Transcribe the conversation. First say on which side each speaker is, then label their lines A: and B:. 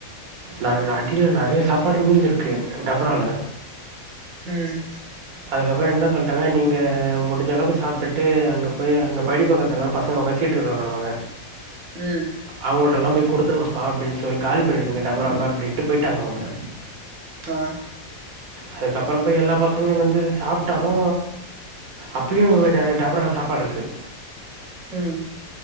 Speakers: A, on the right; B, on the right.
A: நல் நெறைய அடியில நெறைய சாப்பாடு மீந்திருக்கு டபரால
B: ம்
A: அதுக்கப்புற என்ன சொல்ட்டாங்க நீங்க முடிஞ்சளவுக்கு சாப்ட்டுட்டு அங்க போய் அங்க படி பக்கத்துல தா பசங்க உக்க சீட்டு வெளாடுவாங்க
B: ம்
A: அவங்கள்டல்லா போய் குடுத்துடுங்கப்பா அப்டின்னு சொல்லி காலி பண்ணிடுங்க டபராவ அப்படின்ட்டு போயிட்டாங்க அவங்க
B: ஆ
A: அதுக்கப்புற போய் எல்லா பசங்களையு வந்து சாப்டானா அப்பயு அ டபரால சாப்பாடு இருக்கு
B: ம்